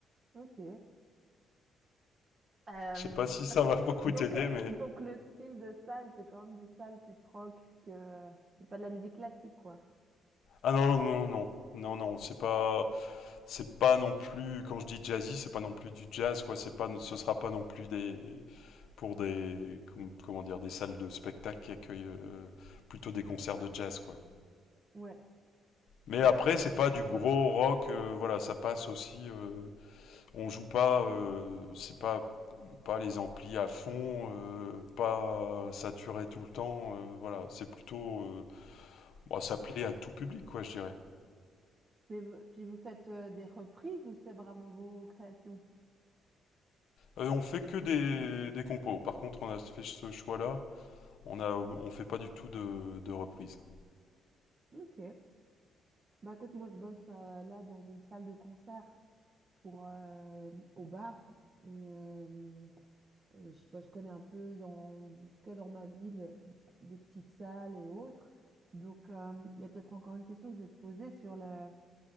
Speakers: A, on the right; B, on the left.
A: Ok. Euh,
B: Je sais pas si ça
A: <laughs>
B: va beaucoup
A: Donc,
B: t'aider,
A: euh,
B: mais
A: donc le style de salle, c'est quand même des salles plus rock que c'est pas de la musique classique, quoi.
B: ah non non non non non non, c'est pas c'est pas non plus quand je dis jazzy, c'est pas non plus du jazz quoi, c'est pas ce sera pas non plus des pour des com- comment dire des salles de spectacle qui accueillent euh, plutôt des concerts de jazz quoi.
A: Ouais.
B: Mais après, c'est pas du gros rock, euh, voilà, ça passe aussi. euh, on joue pas, euh, c'est pas pas les amplis à fond, euh, pas saturé tout le temps, euh, voilà, c'est plutôt, euh, bon, ça plaît à tout public, quoi, je dirais.
A: Mais vous- puis vous faites euh, des reprises ou c'est vraiment vos créations?
B: Euh, on fait que des, des compos. Par contre, on a fait ce choix-là, on a, on fait pas du tout de, de reprises.
A: Ok. Bah écoute, moi je bosse euh, là dans une salle de concert pour euh, au bar et euh, euh, je, bah, je connais un peu dans, en tout cas dans ma ville, des petites salles et autres. Donc euh, il y a peut-être encore une question que je vais te poser sur le,